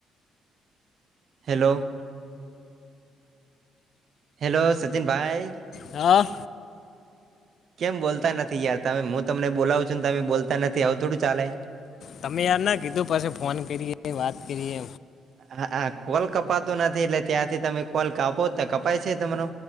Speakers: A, on the right (about 60°); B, on the left (about 65°).
A: હેલો હેલો સચિન ભાઈ?
B: હા
A: કેમ બોલતા નથી યાર તમે હું તમને બોલાવું છું ને તમે બોલતા નથી આવું થોડું ચાલે?
B: તમે યાર ના કીધું પછ ફોન કરીએ વાત કરીએ
A: હા હા કોલ કપાતું નથી એટલે ત્યાંથી તમે કોલ કાપો તો કપાય છે તમરો?